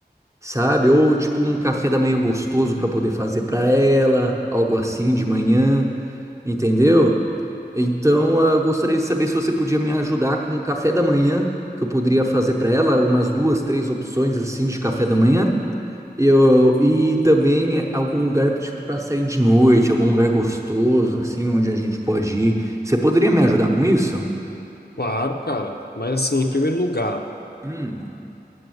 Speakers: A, on the right; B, on the left.
A: sabe? Ou tipo um café da manhã gostoso para poder fazer para ela, algo assim de manhã, entendeu? Então, ah, eu gostaria de saber se você podia me ajudar com o café da manhã que eu poderia fazer para ela, umas duas, três opções assim de café da manhã. Eu, e também é, algum lugar tipo para sair de noite, algum lugar gostoso assim onde a gente pode ir. Você poderia me ajudar com isso?
B: Claro, cara. Mas assim, em primeiro lugar,
A: Hum.